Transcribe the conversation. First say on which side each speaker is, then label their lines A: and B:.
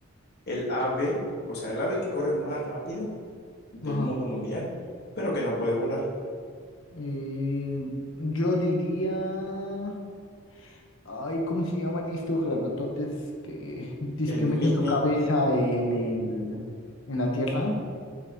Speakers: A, on the left (about 50°); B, on the left (about 75°).
A: El ave, o sea, el ave que corre más rápido del
B: Ajá.
A: mundo mundial, pero que no puede volar.
B: Eh, yo diría, ay, ¿cómo se llaman estos grandototes que
A: El
B: que meten
A: mic
B: tu cabeza
A: mic,
B: en el, en la tierra?